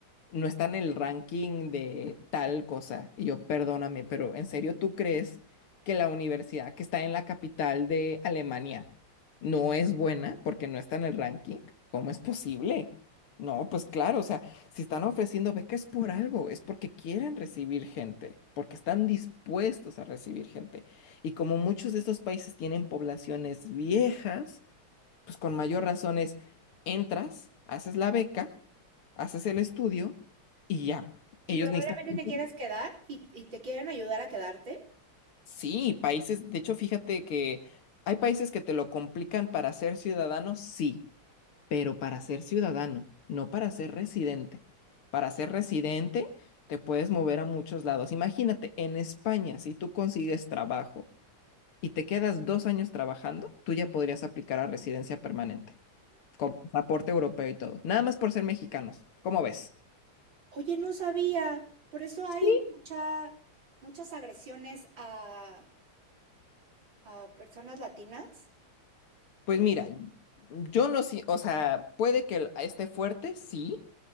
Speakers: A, on the left; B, on the right.
A: no está en el ranking de tal cosa. Y yo, perdóname, pero ¿en serio tú crees que la universidad que está en la capital de Alemania no es buena porque no está en el ranking? ¿Cómo es posible? No, pues claro, o sea, si están ofreciendo beca es por algo, es porque quieren recibir gente, porque están dispuestos a recibir gente. Y como muchos de estos países tienen poblaciones viejas, pues con mayor razón es, entras, haces la beca, haces el estudio y ya.
B: Y
A: Ellos
B: probablemente
A: necesitan... gente.
B: te quieras quedar y, y te quieren ayudar a quedarte.
A: Sí, países, de hecho, fíjate que hay países que te lo complican para ser ciudadano, sí. pero para ser ciudadano, no para ser residente. Para ser residente te puedes mover a muchos lados. Imagínate, en España, si tú consigues trabajo y te quedas dos años trabajando, tú ya podrías aplicar a residencia permanente, con pasaporte europeo y todo, nada más por ser mexicanos. ¿Cómo ves?
B: Oye, no sabía. Por eso hay
A: Sí,
B: mucha, muchas agresiones a, a personas latinas.
A: Pues mira, yo no sé, o sea, puede que el- esté fuerte, sí,